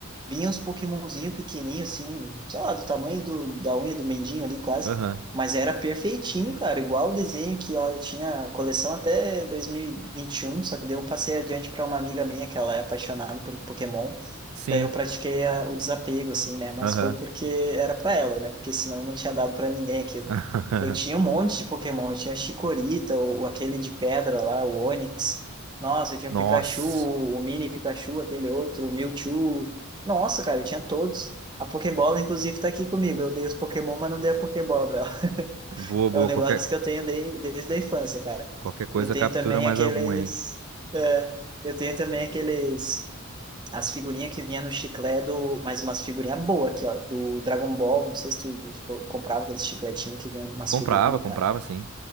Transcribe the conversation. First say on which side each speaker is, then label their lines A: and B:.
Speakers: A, on the right; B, on the right.
A: vinha uns Pokémonzinho pequenininho, assim, sei lá, do tamanho do, da unha do mendinho ali, quase.
B: aham,
A: Mas era perfeitinho, cara, igual o desenho que ó, eu tinha a coleção até dois mil e e vinte e um só que daí eu passei adiante para uma amiga minha que ela é apaixonada por Pokémon.
B: sim,
A: Daí eu pratiquei a- o desapego, assim, né? Mas
B: aham.
A: foi porque era para ela, né? Porque senão não tinha dado para ninguém
B: <laughs>
A: eu tinha um monte de Pokémon. Eu tinha Chikorita, o, o aquele de pedra lá, o Onix. Nossa, eu tinha
B: Nossa,
A: o Pikachu, o Mini Pikachu, aquele outro, o Mewtwo. Nossa, cara, eu tinha todos. A Pokébola, inclusive, tá aqui comigo. Eu dei os Pokémon, mas não dei a Pokébola pra ela. <laughs>
B: boa, boa.
A: É um negócio
B: Qualquer,
A: que eu tenho de- desde a infância, cara.
B: qualquer coisa
A: E eu tenho
B: captura
A: também
B: mais
A: aqueles.
B: algum aí.
A: é, eu tenho também aqueles. As figurinhas que vinha no chiclete do. Mais umas figurinhas boas aqui, ó. Do Dragon Ball. Não sei se tu, tu co- comprava aqueles chicletinhos que vinha umas
B: Comprava,
A: figurinhas,
B: comprava,
A: cara.
B: sim.